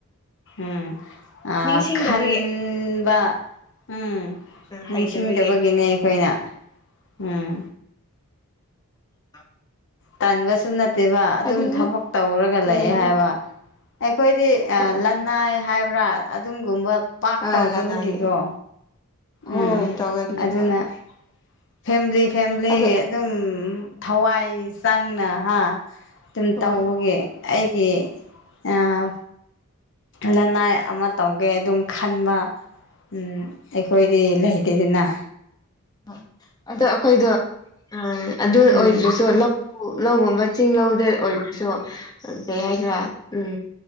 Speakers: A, on the left; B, on the left.
A: ꯎꯝ ꯑ
B: ꯅꯤꯡꯁꯤꯡꯗꯕꯒꯤ
A: ꯈꯟꯕ ꯎꯝ ꯅꯤꯡꯁꯤꯡꯗꯕꯒꯤꯅꯦ
B: ꯍꯩꯇꯕꯒꯤ
A: ꯑꯩꯈꯣꯏꯅ ꯎꯝ
B: ꯑ
A: ꯇꯟꯕꯁꯨ ꯅꯠꯇꯦꯕ ꯑꯗꯨꯝ
B: ꯑꯗꯨꯅ
A: ꯊꯕꯛ ꯇꯧꯔꯒ ꯂꯩꯦ
B: ꯎꯝ
A: ꯍꯥꯏꯕ ꯑꯩꯈꯣꯏꯗꯤ
B: ꯍꯣꯏ
A: ꯂꯅꯥꯏ ꯍꯥꯏꯕ꯭ꯔꯥ ꯑꯗꯨꯒꯨꯝꯕ ꯄꯥꯛ
B: ꯑꯥ
A: ꯇꯧꯗꯕꯒꯤꯀꯣ
B: ꯂꯅꯥꯏꯒꯤ ꯍꯣꯏ
A: ꯎꯝ
B: ꯇꯧꯒꯅꯦꯕ
A: ꯑꯗꯨꯅ ꯐꯦꯝꯂꯤ ꯐꯦꯝꯂꯤꯒꯤ
B: ꯑꯗꯣ
A: ꯑꯗꯨꯝ ꯊꯋꯥꯏ ꯆꯪꯅ ꯍꯥ꯫ ꯑꯗꯨꯝ
B: ꯍꯣꯏ
A: ꯇꯧꯕꯒꯤ ꯑꯩꯒꯤ ꯑꯥ ꯂꯅꯥꯏ ꯑꯃ ꯇꯧꯒꯦ ꯑꯗꯨꯝ ꯈꯟꯕ ꯝ ꯑꯩꯈꯣꯏꯗꯤ ꯂꯩ ꯇꯦꯗꯅꯥ
B: ꯄꯥꯛ ꯑꯗꯣ ꯑꯩꯈꯣꯏꯗꯣ ꯎꯝ ꯑꯗꯨ
A: ꯎꯝ
B: ꯑꯣꯏꯗ꯭ꯔꯁꯨ ꯂꯧ ꯎ ꯂꯧꯒꯨꯝꯕ ꯆꯤꯡ ꯂꯧꯗ ꯑꯣꯏꯗ꯭ꯔꯁꯨ ꯀꯩ ꯍꯥꯏꯁꯤꯔꯥ ꯎꯝ